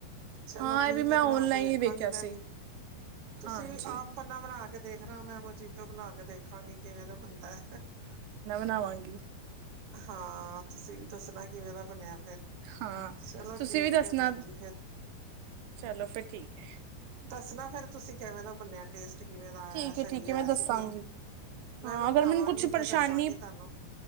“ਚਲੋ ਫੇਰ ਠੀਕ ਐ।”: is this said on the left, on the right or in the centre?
Right